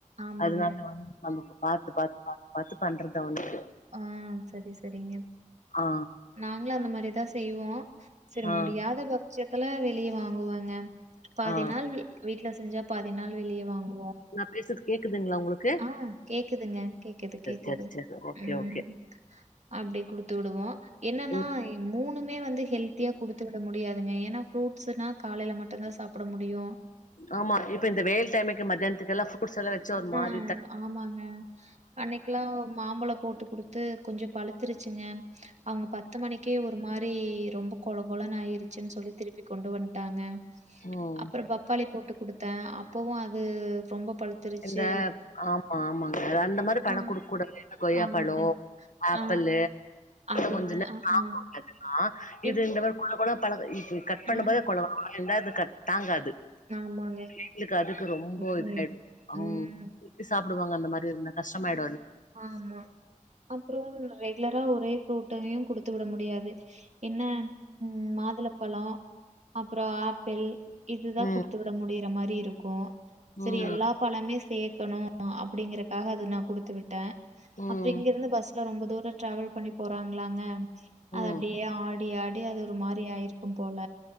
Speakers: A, on the right; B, on the left.
A: ஆமாங்க.
B: அதுனால வந்து நம பாத்து பாத்து பாத்து பாத்துப் பண்றது அவுனுக்கு
A: ஆஹ் செரி செரிங்க
B: ஆ
A: நாங்களு அந்த மாரிதாஸ் செய்வோ செரி
B: ஆ
A: முடியாத பக்ட்சத்துல வீட் லி வாங்குவாங்க பாதி
B: ஆ
A: நாள் வீ வீட்டுல செஞ்சாப் பாதி நாள் வெளிய வாங்கு
B: நா பேசுறது கேக்குதுங்களா உங்களுக்
A: ஆஹ் கேக்குதுங்க கேக்குது கேக்குது
B: சரி சரி ஓகே
A: உம்
B: ஓகே
A: அப்டி குடுத்து விடுவோ என்னன்னா
B: ம்
A: என் மூணும் மே வந்து ஹெல்த் த்தியா குடுத்து விட முடியாதுங்க ஏன்னா ஃப்ரூட்ஸ்சுன்னா காலையில மட்டும்தா சாப்புட முடியு
B: ஆமா இப்ப இந்த வெயில் டைம்க்கு மத்தியானத்துக்ககெல்லம் ஃப்ரூட்ஸ் எல்லாம் வச்ச மாறி
A: உம் ஆமாங்க அன்னைக்கெல்லாம் மாம்பலம் போட்டு கொடுத்து கொஞ்சம் பழுத்துருச்சுங்க அவங்க பத்து மணிக்கே ஒரு மாரி ரொம்ப குழ குழன்னு ஆயிரு ச்சுன்னு சொல்லி திருப்பி கொண்டு வன் விட்டாங்க
B: ம்
A: அப்புறம் பப்பாளி போட்டு கொடுத்தேன் அ ப்பவும் அது ரொம்ப பழுத்துருச்சு
B: இந்த ஆமா ஆமாங்க அந்த மாரி பழம்
A: ஆ
B: கொடுக்கு கூடாது கொய்யாப்பழம்
A: ஆமாங்க
B: ஆப்பிள்
A: ஆ அது
B: கொஞ்ச
A: மா
B: நேரம்
A: ஆ
B: தாகும்
A: ஆ
B: <unintelligible> ஆஹ
A: என்ன
B: இது இந்த மாரி கொல கொல பலது கட் பண்ணும்போத
A: ஆ ஆ,
B: கொல கொல கொலனு இருந்தா அது கட் தாங்காது
A: ஆமாங்க
B: எங்களுக்கு அதுக்கு ரொம்ப
A: ம்
B: இது
A: ம்
B: அம்
A: ம்,
B: சாப் படுவாங்க அந்த மாரி இருந்த கஷ்டாயி
A: ஆம்மா அப்புறம் ரெகுலரா ஒரே ஃப்ரூட்டவே கொடுத் து விட முடியாது என்ன உம் மாதுளப்பலோம் அப்புறம் ஆப்பிள் இதுதான்
B: ம்
A: குடுத்து விட முடியிற மாரி இருக்கும் சரி
B: ம்
A: எல்லா பலமே சேக்கணும் அப்படிங்கறக்காக அது நான் கொடுத்து விட் டன்
B: ம்
A: அப்புறம் இங்க இருந்து பஸ் ரொம்ப தூர டிராவல் பண்ணி போறாங்களாங்க அது அப்படியே
B: ம்
A: ஆ ப்டியாடி அது ஒரு மாரி ஆயிருக்கும் போல